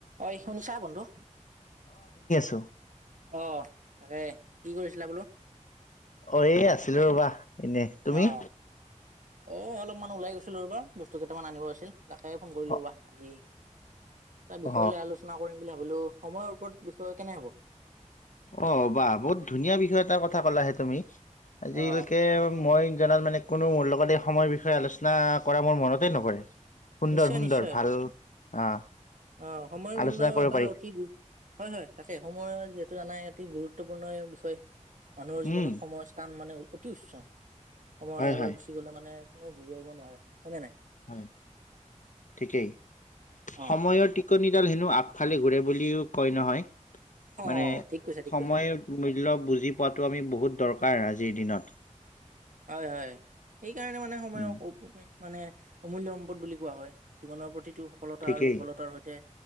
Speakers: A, on the right; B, on the left.
A: ঐ শুনিছা বন্ধু
B: দো
A: আহ তাকে কি কৰিছিলা বোলো
B: অ এই আছিলো ৰ'বা এনে তুমি
A: অ অ অলপমান ওলাই গৈছিলো ৰবা বস্তু কেইটামান আনিব আছিল তাকে ফোন কৰিলোঁ
B: অ
A: ৰ'বা আজি এটা বিষয়
B: অ
A: লৈ আলোচনা কৰিম বুলি ভাবিলো সময়ৰ ওপৰত বিষয় কেনে হ'ব
B: অ বাহ বহুত ধুনীয়া বিষয় এটাৰ কথা ক'লাহে তুমি আজিলৈকে
A: অ
B: মই জনাত মানে কোনো মোৰ লগত এই সময়ৰ বিষয়ে আলোচনা কৰা মোৰ মনতে
A: অঁঃ
B: নপৰে সুন্দৰ
A: নিশ্চয়
B: সুন্দৰ
A: নিশ্চয়
B: ভাল আহ
A: অঁঃ সময়ৰ
B: আলোচনা
A: মূল্য
B: কৰিব
A: এটা
B: পাৰি
A: অতি গুৰুত্ব হয় হয় তাকে সময়ৰ যিহেতু টো জানাই অতি গুৰুত্বপূৰ্ণ বিষয় মানুহৰ জীৱনত
B: উম
A: সময়ৰ স্থান মানে অতি উচ্চ। সময়
B: হয়
A: এবাৰ
B: হয়
A: গুচি গ'লে মানে কোনো ঘূৰি আহিব নোৱাৰে। হয় নে নাই?
B: হয় ঠিকেই।
A: অ
B: সময়ৰ টিকনি। এইডাল হেনো আগফালে ঘূৰে বুলিও কয় নহয়।
A: অ
B: মানে
A: ঠিক কৈছা ঠিক
B: সময়
A: কৈছা
B: মূল্য বুজি পোৱাতটো আমি বহুত দৰকাৰ আজি। জিৰ দিনত।
A: হয় হয় সেইকাৰণে মানে সময়ৰ
B: উম
A: <inaudible> মানে অমূল্য সম্পদ বুলি কোৱা হয়, জীৱনৰ প্ৰতিটো সফলতা
B: ঠিকেই
A: আৰু বিফলতাৰ সৈতে,